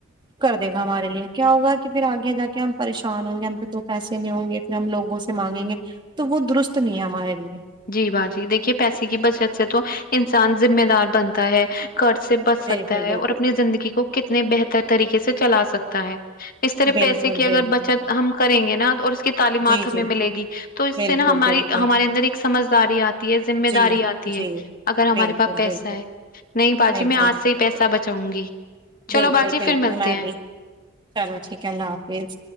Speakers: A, on the right (about 20°); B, on the left (about 40°).
A: کر دے گا ہمارے لیے کیا ہوگا کہ پھر آگے جا کے ہم پریشان ہوں گے ہم پہ دو پیسے نہیں ہوں گے ہم لوگوں سے مانگیں گے تو وہ درست نہیں ہے ہمارے لیے
B: جی باجی دیکھیے پیسے کی بچت سے تو انسان ذمہ دار بنتا ہے کرض سے بچ سکتا
A: بالکل
B: ہے اور
A: بالکل
B: اپنی زندگی کو کتنے بہتر طریقے سے چلا سکتا ہے اس طرح
A: بالکل
B: پیسے کی اگر
A: بالکل
B: بچت ہم کریں گے نا اور اس کی تعلیمات
A: جی
B: ہمیں
A: جی
B: ملے گی تو اس
A: بالکل
B: سے نا ہماری
A: بالکل
B: ہمارے اندر ایک سمجھداری آتی ہے ذمہ
A: جی
B: داری آتی
A: جی
B: ہے اگر ہمارے
A: بالکل
B: پاس پیسہ
A: بالکل
B: ہے نہیں باجی
A: بالکل
B: میں اج سے ہی پیسہ بچاؤں گی چلو
A: بالکل
B: باجی
A: بالکل
B: پھر ملتے
A: میں
B: ہیں
A: بھی چلو ٹھیک ہے اللہ حافظ